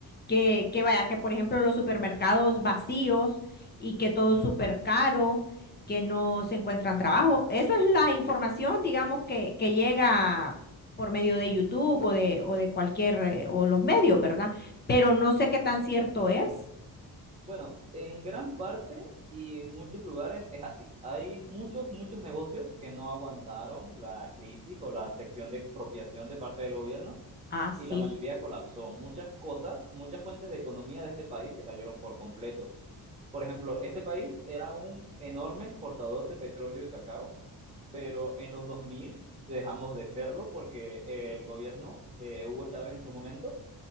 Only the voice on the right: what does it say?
Bueno, en gran parte y en muchos lugares es así. Hay muchos, muchos negocios que no aguantaron la crisis o la sección de expropiación de parte del gobierno
y la mayoría
colapsó. Muchas cosas, muchas fuentes de economía de este país se cayeron por completo. Por ejemplo, este país era un enorme exportador de petróleo y cacao, pero en los 2000 dejamos de serlo porque el gobierno de Hugo Chávez en su momento